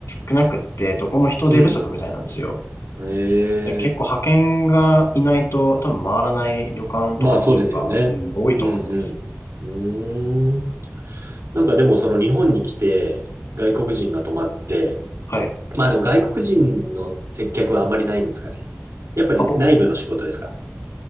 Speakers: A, on the left; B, on the right.
A: 少なくって、どこも人手不足みたいなんですよ。
B: うん。ええ、
A: で結構派遣がいないと、多分回らない旅館とかホテルが、
B: まあそうですよね。
A: うん、多いと思います。
B: うんうん。うーん。なんかでもその日本に来て外国人が泊まって、
A: はい。
B: まあでも外国人の接客はあんまりないんですかね。やっぱり内部の仕事ですか。
A: あ、ぼ、